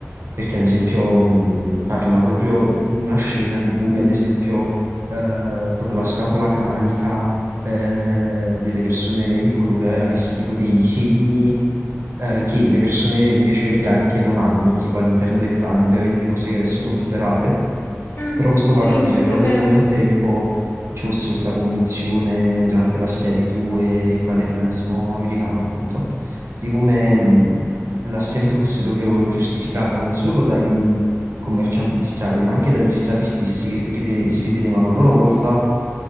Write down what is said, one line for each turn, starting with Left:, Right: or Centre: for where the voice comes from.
Right: perché ad esempio mh, parla proprio in una scena di come ad esempio eh, proprio la scatola cranica eh, delle persone di colore avesse tipo dei segni eh, che le persone invece bianche non hanno, tipo all'interno del cranio, ovviamente cose che adesso sono superate.
Left: mm,
Right: Però questo fa
Left: sì,
Right: capire
Left: questo
Right: proprio
Left: è vero.
Right: come un tempo ci fosse questa convinzione durante la schiavitù e il paternalismo americano, appunto, di come mh, la schiavitù fosse proprio giustificata non solo dai commercianti di schiavi, ma anche dagli schiavi stessi che si rite- si ritenevano a loro volta